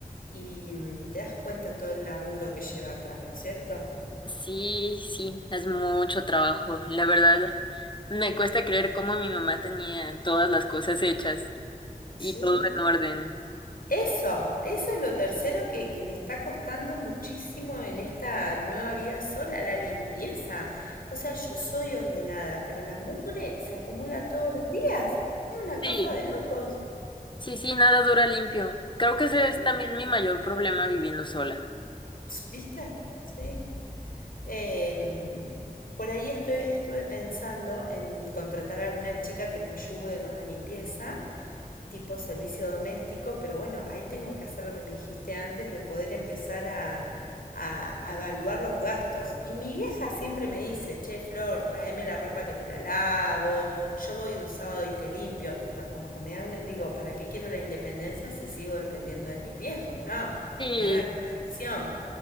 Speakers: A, on the left; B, on the left.
A: y mm, te das cuenta todo el laburo que lleva atrás, ¿no es cierto?
B: Sí, sí, es mucho trabajo. La verdad, me cuesta creer cómo mi mamá tenía todas las cosas hechas y
A: Sí,
B: todo en orden.
A: Eso, eso es lo tercero que, que me está costando muchísimo en esta nueva vida sola, la limpieza. O sea, yo soy ordenada, pero la mugre se acumula todos los días. Es una cosa
B: Sí,
A: de locos.
B: sí, sí, nada dura limpio. Creo que ese es
A: ¿No?
B: también mi mayor problema viviendo sola.
A: Ps, ¿Viste? Sí. Em, por ahí estoy, estuve pensando en contratar a alguna chica que me ayude con la limpieza. tipo servicio doméstico, pero bueno, ahí tengo que hacer lo que me dijiste antes de poder empezar a, a, a evaluar los gastos. Y mi vieja siempre me dice, che, Flor, tráeme la ropa que te la lavo, yo voy un sábado y te limpio, pero como que me da una, digo, ¿para qué quiero la independencia si sigo dependiendo de mis viejos? No,
B: Sí.
A: me da una contradicción.